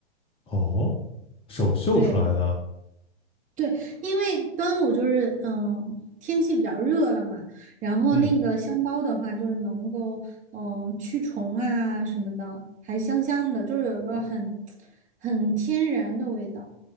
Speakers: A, on the left; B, on the right.
A: 哦，手绣出来的，
B: 对，对，因为端午就是嗯、呃天气比较热了嘛，然后那个香包的话就是能够嗯、
A: 嗯，
B: 呃驱虫啊什么的，还香香的，就是有个很很天然的味道。